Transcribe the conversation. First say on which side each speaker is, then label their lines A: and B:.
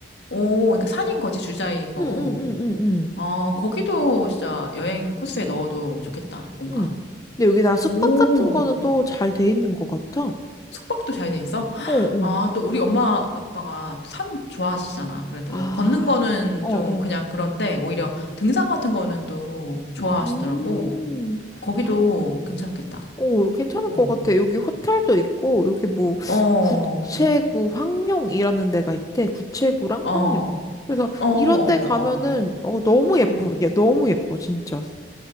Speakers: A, on the left; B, on the left.
A: 오, 그러니까 산인 거지, 주자이고.
B: 응, 응, 응, 응,
A: 아, 거기도 진짜 여행 코스에 넣어도 좋겠다, 뭔가.
B: 응. 근데 여기 다 숙박
A: 오,
B: 같은 거는 또 잘 돼 있는 것 같아.
A: 숙박도 잘 돼 있어? <gasps>
B: 어, 어.
A: 아, 또 우리 엄마 아빠가 산 좋아하시잖아, 그래도.
B: 아,
A: 걷는 거는
B: 어,
A: 좀
B: 어.
A: 그냥 그런데, 오히려 등산 같은 거는 또 좋아하시더라고.
B: 음,
A: 거기도
B: 그럼,
A: 괜찮겠다.
B: 오, 괜찮을
A: 어,
B: 것 같아. 여기 호텔도 있고, 여기 뭐,
A: 어,
B: 구체구
A: 어,
B: 황룡이라는 데가 있대. 구체구랑
A: 어,
B: 황룡. 그래서
A: 어, 어.
B: 이런 데 가면은, 어, 너무 예쁘,
A: 음.
B: 야, 너무 예뻐, 진짜.